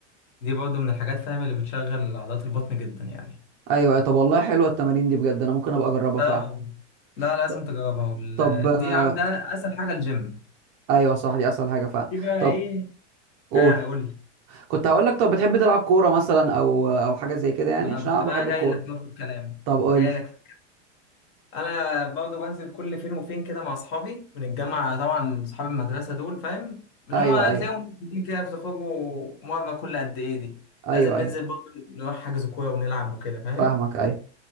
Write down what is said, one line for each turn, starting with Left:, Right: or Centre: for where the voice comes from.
Left: دي برضه من الحاجات فاهم اللي بتشغل عضلات البطن جدا يعني
Right: ايوه ايوه. طب والله حلوه التمارين دي بجد انا ممكن ابقى اجربها
Left: اه
Right: فعلا
Left: لا لازم
Right: ط-
Left: تجربها وال...
Right: طب آه،
Left: دي عم ده أسهل حاجة الجيم
Right: ايوه صح دي اسهل حاجه فعلا
Left: دي بقى
Right: طب
Left: إيه؟
Right: قول
Left: آه قول لي
Right: كنت هقول لك طب بتحب تلعب كوره مثلا او او حاجه زي كده يعني
Left: ما أنا
Right: عشان
Left: كنت
Right: انا بحب
Left: بقى جاي
Right: الكوره
Left: لك في الكلام
Right: طب قول
Left: جاي
Right: لي
Left: لك انا برضه بنزل كل فين وفين كده مع اصحابي من الجامعه طبعا اصحاب المدرسه دول فاهم اللي
Right: ايوه
Left: هم
Right: ايوه
Left: تلاقيهم موجودين كده بتخرجوا مره كل قد ايه دي
Right: ايوه
Left: لازم ننزل
Right: ايوه
Left: برضه نروح حجز كوره ونلعب وكده فاهم
Right: فاهمك ايوه